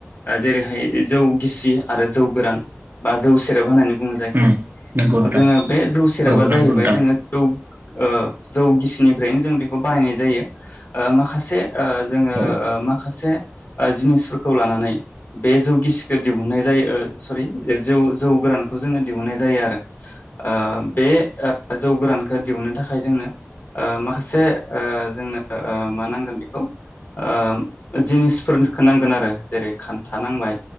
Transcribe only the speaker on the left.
ओ जेरैहाय जौ गिसि आरो जौ गोरान बा जौ सेरेब होननानै बुङो जायखौ
जोङो बे जौ सेराबा
जाहैबाय
जोङो जौ ओ जौ गिसिनिफ्रायनो जों बेखौ बाहायनाय जायो ओ माखासे ओ जोङो
ओ माखासे ओ जिनिसफोरखौ लानानै बे जौ गिसिखौ दिहुननाय जायो ओ सरि जौ जौ गोरानखौ जोङो दिहुनाय जायो आरो ओ बे ओ जौ गोरानखौ दिहुनो थाखाय जोंनो ओ माखासे ओ जोंनो ओ मा नांगोन ओ जिनिसफोरखौ नांगोन आरो जेरै खान्था नांबाय